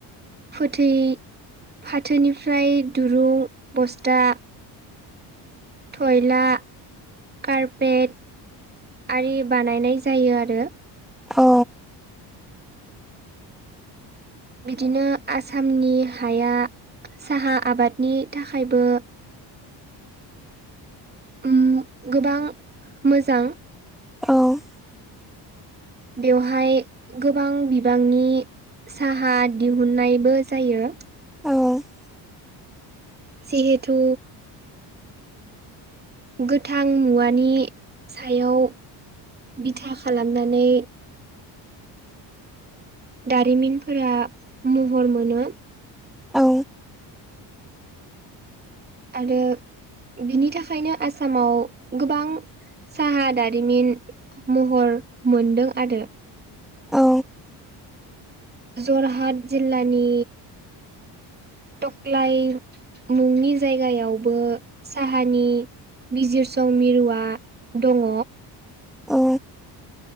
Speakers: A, on the right; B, in the centre.
A: फोथै फाथोनिफ्राय दुरुं बस्था थयला कारपेट आरि बानायनाय जायो आरो
B: औ
A: बिदिनो आसामनि हाया साहा आबादनि थाखायबो उम गोबां मोजां
B: औ
A: बेवहाय गोबां बिबांनि साहा दिहुननायबो जायो
B: औ
A: जिहेथु गोथां मुवानि सायाव बिथा खालामनानै दारिमिनफोरा महर मोनो
B: औ
A: आरो बिनि थाखायनो आसामाव गोबां साहा दारिमिन महर मोनदों आरो
B: औ
A: जरहाट जिल्लानि थख्लाय मुंनि जायगायावबो साहानि बिजिरसं मिरुआ दङ
B: अ